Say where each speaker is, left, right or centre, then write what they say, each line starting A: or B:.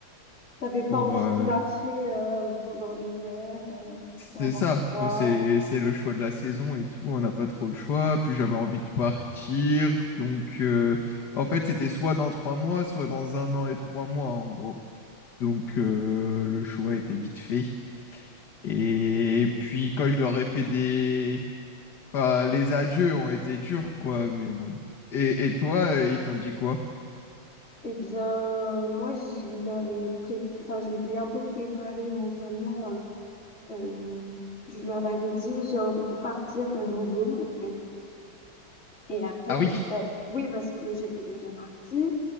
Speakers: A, on the left; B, on the left.
A: T'avais pas
B: pour,
A: envie
B: euh,
A: de marcher euh, pendant l'hiver, euh, d'avoir
B: c'est ça.
A: froid.
B: C'est, c'est le choix de la saison et tout. On n'a pas trop le choix. Puis j'avais envie de partir. Donc, euh, en fait, c'était soit dans trois mois, soit dans un an et trois mois, en gros. Donc euh, le choix était vite fait. Et puis quand je leur ai fait des... Enfin, les adieux ont été durs, quoi, mais bon. Et, et toi, euh, ils t'ont dit quoi?
A: Eh bien, moi, je leur ai pré... enfin, je les ai un peu préparés mentalement euh, Hem, je leur avais dit: «J'ai envie de partir à nouveau», en fait et après
B: Ah
A: petit
B: oui.
A: à oui, parce que j'étais déjà partie,